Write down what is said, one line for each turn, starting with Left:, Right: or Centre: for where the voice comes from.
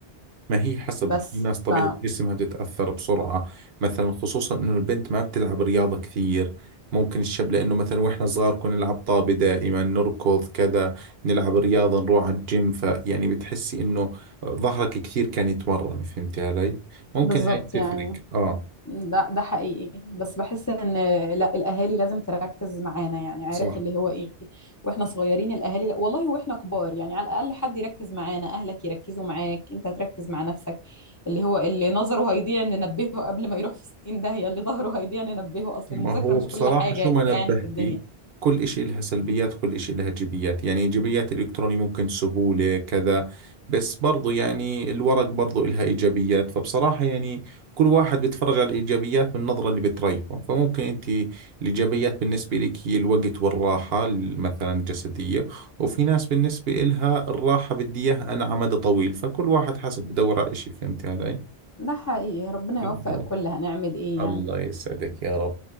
Right: ما هي حسب
Left: بس
Right: في ناس طبيعة
Left: ف
Right: جسمها بتتأثر بسرعة مثلا خصوصا انه البنت ما بتلعب رياضة كثير ممكن الشاب لانه مثلا واحنا صغار كنا نلعب طابة دائما نركض كذا نلعب رياضة نروح على الجيم فيعني بتحسي انه ظهرك كثير كان يتمرن فهمتي علي ممكن
Left: بالظبط
Right: هاي تفرق
Left: يعني
Right: اه
Left: ده ده حقيقي بس بحس ان لا الاهالي لازم تركز معانا يعني عارف
Right: صح
Left: اللي هو ايه واحنا صغيرين الاهالي لا والله واحنا كبار يعني على الاقل حد يركز معانا اهلك يركزوا معاك انت تركز مع نفسك اللي هو اللي نظره هيضيع ننبهه قبل ما يروح في 60 داهية اللي ظهره هيضيع ننبهه اصل
Right: ما
Left: المذاكرة
Right: هو
Left: مش
Right: بصراحة
Left: كل حاجة
Right: شو ما نبهتي
Left: يعني في الدنيا
Right: كل إشي إلها سلبيات وكل إشي إلها إيجابيات يعني إيجابيات الإلكتروني ممكن سهولة كذا بس برضو يعني الورق برضو إلها إيجابيات فبصراحة يعني كل واحد بيتفرج على الإيجابيات من النظرة اللي بتريحه فممكن أنت الإيجابيات بالنسبة لك هي الوقت والراحة ال- مثلا الجسدية وفي ناس بالنسبة إلها الراحة بدي إياها أنا على مدى طويل فكل واحد حسب بدور على إشي فهمت علي؟
Left: ده حقيقي ربنا
Right: بالضبط
Left: يوفق الكل هنعمل ايه
Right: الله
Left: يعني
Right: يسعدك يا رب